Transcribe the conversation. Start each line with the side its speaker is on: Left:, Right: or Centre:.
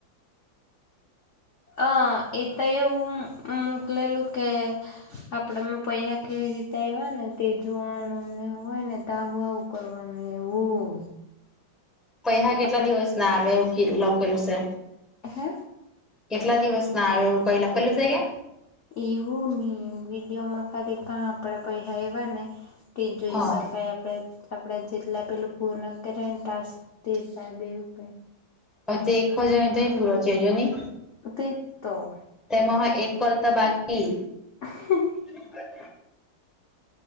Centre: <inaudible>
Left: અ એ તો એવું મોકલેલું કે. આપડા માં પૈસા કેવી રીતે આવ્યા ને તે જોવાનુંને હોય ને તો આવું આવ. કોલવાનું એવું.
Centre: પૈસા કેટલા
Left: આપડે
Centre: દિવસ ના આવે એવું લખેલું છે.
Left: હે
Centre: કેટલા દિવસ ના આવે એવું પ લખેલું છે કેય.
Left: એવું ને વિડીયો માં ખાલી ક આપડા પૈસા એવા ને તે જોઈ
Centre: હા
Left: શકાય આપણે આપણે જેટલા પેલું પૂર્ણ કરને ટાસ્ તે હિસાબે એવું કઈ
Centre: તે પછી તો પૂરો થજો નહી.
Left: તે તો.
Centre: તેમાં હા એક કલતા બાકી.
Left: હ.
Centre: <unintelligible>